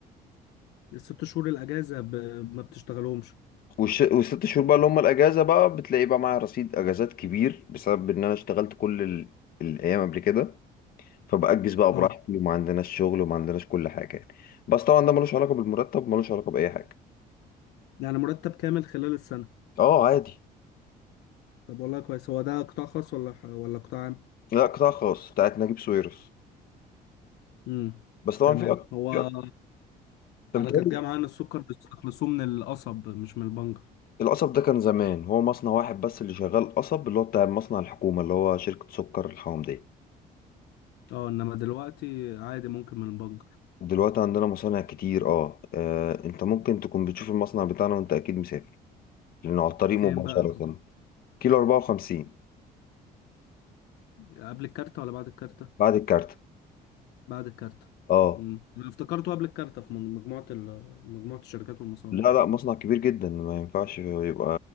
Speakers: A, on the left; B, on the left.
A: الست شهور الاجازه ب... ما بتشتغلهمش
B: والش... والست شهور بقى اللي هم الاجازه بقى بتلاقي بقى معايا رصيد اجازات كبير بسبب ان انا اشتغلت كل ال... الايام قبل كده فبأجز بقى براحتي
A: اه
B: وما عندناش شغل وما عندناش كل حاجه يعني بس طبعا ده ملوش علاقه بالمرتب ملوش علاقه باي حاجه
A: يعني مرتب كامل خلال السنه
B: اه عادي
A: طب والله كويس هو ده قطاع خاص ولا ح- ولا قطاع عام
B: لا قطاع خاص بتاعت نجيب ساويرس
A: امم
B: بس طبعا
A: تمام
B: في أك...
A: هو
B: في أك... أنت
A: انا
B: متهيألي
A: كانت جايه معايا ان السكر بيستخلصوه من القصب مش من البنجر
B: القصب ده كان زمان هو مصنع واحد بس اللي شغال قصب اللي هو بتاع مصنع الحكومه اللي هو شركه سكر الحومديه
A: اه انما دلوقتي عادي ممكن من البنجر
B: دلوقتي عندنا مصانع كتير اه آه، انت ممكن تكون بتشوف المصنع بتاعنا وانت اكيد مسافر لأنه على الطريق
A: فين
B: مباشرة
A: بقى بالظبط
B: كيلو 54
A: قبل الكارتة ولا بعد الكارتة
B: بعد الكارت
A: بعد الكارتة
B: اه
A: امم انا افتكرته قبل الكارتة في من- مجموعة ال- مجموعة الشركات والمصانع
B: لا
A: يعني
B: لا مصنع كبير جدا ما ينفعش يبقى